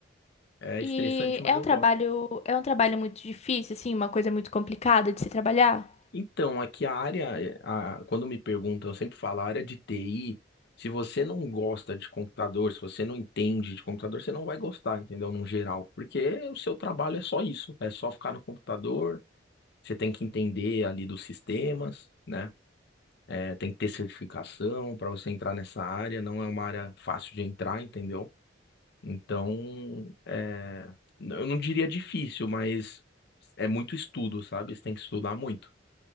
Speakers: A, on the left (about 60°); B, on the left (about 35°).
A: É
B: E
A: estressante, mas
B: é
A: eu
B: um trabalho,
A: gosto.
B: é um trabalho muito difícil, assim, uma coisa muito complicada de se trabalhar.
A: Então, aqui a área, é, a- quando me perguntam, eu sempre falo, a área de TI, se você não gosta de computador, se você não entende de computador, você não vai gostar, entendeu? No geral, porque o seu trabalho é só isso, é só ficar no computador, você tem que entender ali dos sistemas, né? É, tem que ter certificação para você entrar nessa área, não é uma área fácil de entrar, entendeu? Então, é, eu não diria difícil, mas é muito estudo, sabe? Você tem que estudar muito.